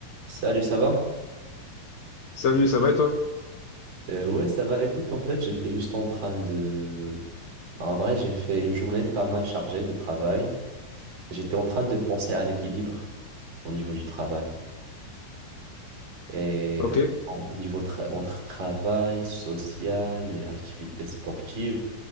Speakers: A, on the right; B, on the left.
A: Salut, ça va?
B: Salut, ça va et toi?
A: Euh, ouais, ça va. Écoute, en fait, j'étais juste en train de... En vrai, j'ai fait une journée pas mal chargée de travail. J'étais en train de penser à l'équilibre au niveau du travail. Et
B: Ok.
A: euh, au niveau tra- entre travail, social et activités sportives.